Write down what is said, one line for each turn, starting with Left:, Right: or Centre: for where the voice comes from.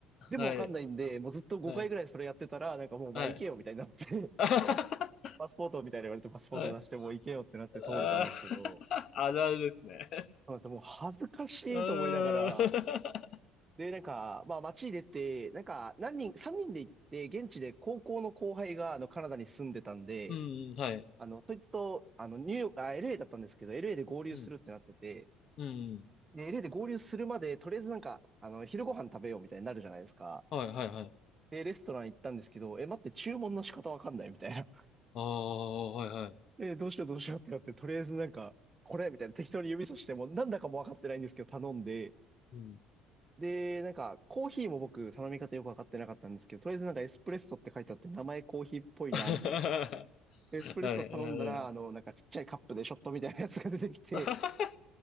Right: でもわかんないんで、
Left: ー、はい、
Right: もうずっと5回ぐらいそれやってたら、
Left: はい、
Right: なんかもうお前行けよみたいになって、
Left: はい。<laughs>
Right: <laughs> パス、パスポートみたいに言われてパスポート出してもう行けよってなって通れたんですけど、
Left: はい、あー、
Right: そ
Left: あるあるですね。
Right: うなんですよ。もう恥ずかしいと思いながら、
Left: <laughs> うーん、
Right: で、なんか、まあ街に出て、なんか何人、3人で行って、現地で高校の後輩があのカナダに住んでたんで、
Left: <laughs> うん、はい。
Right: あの、そいつと、あの、ニューヨーク、あ、LA だったんですけど、LA で合流するってなってて、
Left: うん、うん、
Right: で、LA で合流するまで、とりあえずなんか、あの、昼ご飯食べようみたいになるじゃないですか。
Left: はい、はい、はい。
Right: で、レストラン行ったんですけど、え、待って、注文の仕方わかんないみたいな。
Left: ああ、はいはい。
Right: <laughs> え、どうしようどうしようってなって、とりあえずなんか、これみたいな適当に指さしても、なんだかもわかってないんですけど、頼んで、
Left: うん。
Right: で、なんか、コーヒーも僕、頼み方よくわかってなかったんですけど、とりあえずなんかエスプレッソって書いてあって、名前コーヒーっぽいな、
Left: <laughs> は
Right: みたいな。エスプレッソ頼んだら、
Left: い、うん。
Right: あの、なんかちっちゃいカップでショットみたいなやつが出てきて、
Left: <laughs>